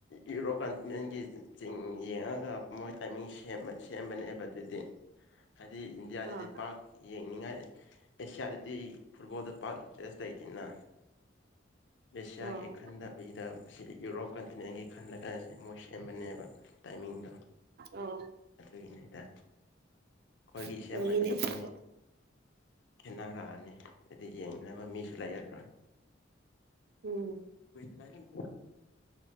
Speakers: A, on the left (about 65°); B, on the right (about 55°).
A: ꯌꯨꯔꯣꯞ ꯀꯟꯇꯤꯅꯦꯟꯒꯤ ꯆꯤꯡ ꯌꯦꯡꯉꯒ ꯃꯣꯏ ꯇꯥꯏꯃꯤꯡ ꯁꯦꯝꯕ ꯁꯦꯝꯕꯅꯦꯕ ꯑꯗꯨꯗꯤ ꯍꯥꯏꯗꯤ ꯏꯟꯗꯤꯌꯥꯗꯗꯤ
B: ꯑꯥ
A: ꯄꯥꯛ ꯌꯦꯡꯅꯤꯡꯉꯥꯏ ꯑꯦꯁꯤꯌꯥꯗꯗꯤ ꯐꯨꯠꯕꯣꯜꯗ ꯄꯥꯛ ꯇꯦꯁ ꯂꯩꯇꯅ ꯑꯦꯁꯤꯌꯥꯒꯤ
B: ꯑꯥ
A: ꯈꯟꯗꯕ ꯁꯤ ꯌꯨꯔꯣꯞ ꯀꯟꯇꯤꯅꯦꯟꯒꯤ ꯈꯜꯂꯒꯥꯟ ꯁꯤ ꯃꯣꯏ ꯁꯦꯝꯕꯅꯦꯕ ꯇꯥꯏꯃꯤꯡꯗꯣ
B: ꯑꯣ
A: ꯀꯒꯤꯗ ꯑꯩꯈꯣꯏꯒꯤ
B: ꯑꯣꯏꯌꯦꯅꯦ
A: ꯁꯦꯝꯃꯗꯤ
B: ꯑꯗꯨꯁꯨ
A: ꯃꯣꯏ ꯈꯦꯠꯅꯔꯛꯑꯅꯤ ꯑꯗꯨꯗꯤ ꯌꯦꯡꯅꯕ ꯃꯤꯁꯨ ꯂꯩꯔꯔꯣꯏ
B: ꯎꯝ
A: ꯒ <unintelligible>